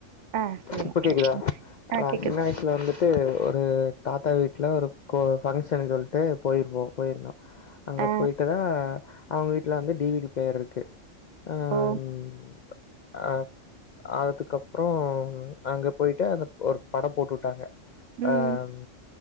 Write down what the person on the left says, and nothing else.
இப்ப கேக்குதா
ஆஹான்
சின்ன வயசுல வந்துட்டு ஒரு தாத்தா வீட்ல ஒரு கோ ஃபங்க்ஷன்னு சொல்ட் டு போயிருவோம் போயிருந்தோம் அங்க
போயிட்டுதான் அவங்க வீட்ல வந்து டிவிக்கு பெயர் இருக்கு அஹ்
அஹ் அதுக்கப்புறம் அங்க போயிட்டு அந்த ஒரு படம் போட்டுட்டாங்க
அஹ்